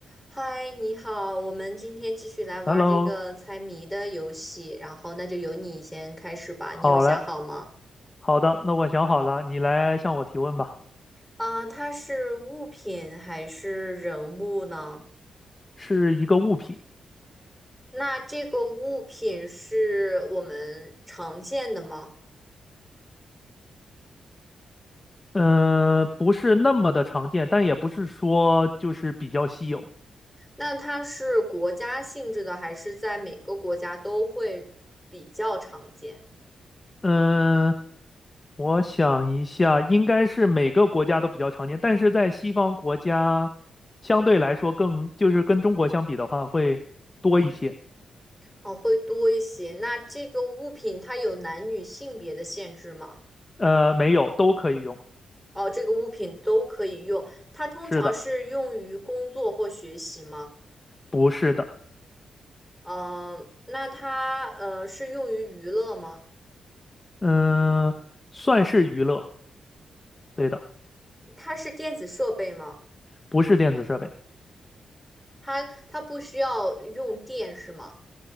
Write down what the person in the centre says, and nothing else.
嗨，你好，我们今天继续来玩儿这个猜谜的游戏，
然后那就由你先开始吧。
你有想好吗？
啊、它是物品还是人物呢？
那这个物品是我们常见的吗？
那它是国家性质的，还是在每个国家都会比较常见？
哦，会多一些。那这个物品它有男女性别的限制吗？
哦，这个物品都可以用，它通常是用于工作或学习吗？
嗯、那它呃是用于娱乐吗？
它是电子设备吗？
它它不需要用电是吗？